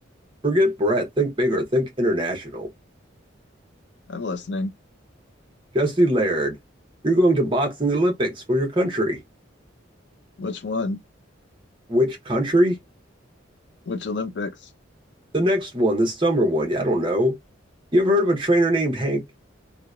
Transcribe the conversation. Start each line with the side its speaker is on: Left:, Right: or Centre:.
Right: forget Brett. Think bigger. Think international.
Left: I'm listening.
Right: Jesse Laird, you're going to boxing Olympics for your country.
Left: Which one?
Right: Which country?
Left: Which Olympics?
Right: The next one, the summer one. Yeah, I don't know. You ever heard of a trainer named Hank